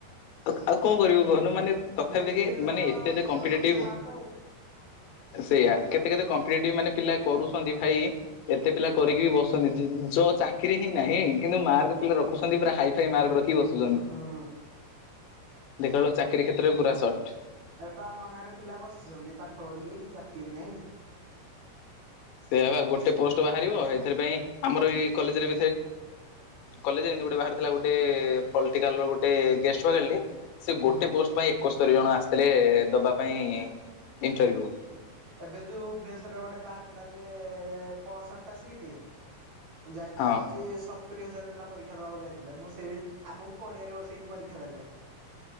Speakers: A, on the left; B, on the right.
A: ଆଉ କଣ କରିବ କହନ ମାନେ <unintelligible> ତଥାପି
B: ଲେଖିଦେଲେ
A: ଦେଖ ମାନେ
B: ତ
A: ଏତେ ଏତେମ୍େଟି
B: ଦେଇ ଦଉଛନ୍ତି ସେ ମାର୍କ ଆଉ।
A: ସେଇୟଆ କେତେ କେତେ ଏ ମାନେ ପିଲା କରୁଛନ୍ତି ଭାଇ ଏତେ ପିଲା କରିକି ବି ବସଛନ୍ତି ଯ ଚାକିରରି ହିଁ ନାହିଁ। କିନ୍ତୁ ମାର୍କ ପିଲା ରଖୁଛନ୍ତି ପୁରା ହାଇ ଫାଇ ମାର୍କ ରଖି ବସୁଛନ୍ତି।
B: ହୁଁ
A: ଦେଖବେଳ ଚାକିୀ କ୍ଷେତରେୁରା ଷଟ
B: ଏବେ ଆମ ଗାଁରେ ପିଲା ବସିଛନ୍ତି ପାଠ ପଢିକି ଚାକିରି ନହିଁ।
A: ସେ ଗୋଟେ ପୋଷ୍ଟ ବାହାରିବ ଏଥିାଇ ଆମର ଏଇ କଲେରେ କଲେରେତିଟ ବାହାରଥିଲା ଗୋଟେ ପଟ ଗୋଟେ ଗେଷ୍ଟ ବାହାରିଲି ସେ ଗୋଟେ
B: ହୁଁ
A: ପୋଷ୍ଟ ପାଇଁ ଏକସ୍ତରୀ ଜଣ ଆସିଥିଲେ ଦବା ପାଇଁ ଇଣ୍ଟରୁଭିଉ ।
B: ଏବେ ଯୋଉ ଭୁବନେଶ୍୍ୱରରେ ଗୋଟେ ବାହାରିଥିଲା ଯେ ପଞ୍ଚଷଠି ଟା ସିଟ। ଯାଇଥିଲା
A: ହଁ
B: ହଉଛି ସତ ତୁରି ହଜାର ପିଲା ପରୀକ୍ଷା ଦବାକୁ ଯାଇଥିଲେ ମୁଁ ସେଇ ଆମକୁ ପଡିଆରେ ବସେଇକି ପରୀକ୍ଷା ଦେଲେ।